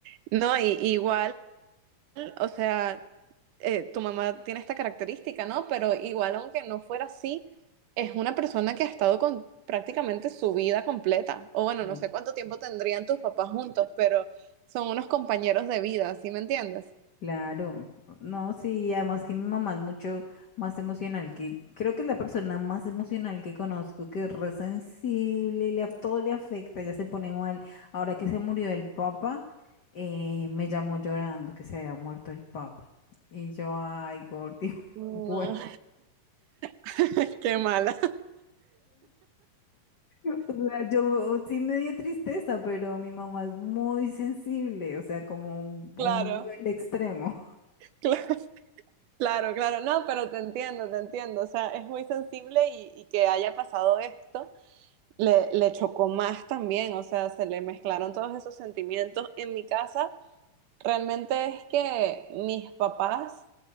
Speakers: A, on the right; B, on the left.
A: No, y, igual. o sea, eh, tu mamá tiene esta característica, ¿no? Pero igual, aunque no fuera así, es una persona que ha estado con prácticamente su vida completa. O bueno,
B: Mm.
A: no sé cuánto tiempo tendrían tus papás juntos, pero son unos compañeros de vida, ¿sí me entiendes?
B: Claro, no, sí, además que mi mamá es mucho más emocional que, creo que es la persona más emocional que conozco, que es re sensible, y le, a- todo le afecta, ya se pone mal. Ahora que se murió el papa, eh, me llamó llorando que se había muerto el papa. Y yo, ay, Gordy, <laughs>
A: No,
B: bueno.
A: <laughs> qué mala.
B: O sea, yo sí me dio tristeza, pero mi mamá es muy sensible, o sea, como un
A: Claro,
B: a un nivel extremo.
A: claro, claro, claro. No, pero te entiendo, te entiendo. O sea, es muy sensible y, y que haya pasado esto. Le, le chocó más también, o sea, se le mezclaron todos esos sentimientos. En mi casa, Realmente es que mis papás